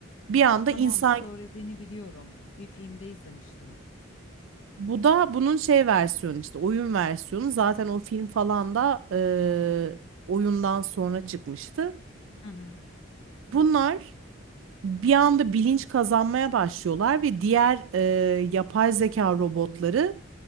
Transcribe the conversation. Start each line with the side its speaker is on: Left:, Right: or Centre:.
Right: Bir
Left: Aa
Right: anda
Left: tamam,
Right: insan
Left: söylediğini biliyorum. Bir filmde izlemiştim.
Right: bu da bunun şey versiyonu işte oyun versiyonu zaten o film falan da eee, oyundan sonra çıkmıştı.
Left: Hı hı,
Right: Bunlar bir anda bilinç kazanmaya başlıyorlar ve diğer e, yapay zeka robotları